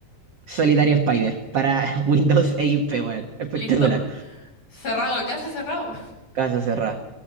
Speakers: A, on the right; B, on the left.
A: Solitario Spider para <laughs> Windows XP, weón. Espectacular.
B: Listo. Cerrado, caso cerrado.
A: Casa cerrada.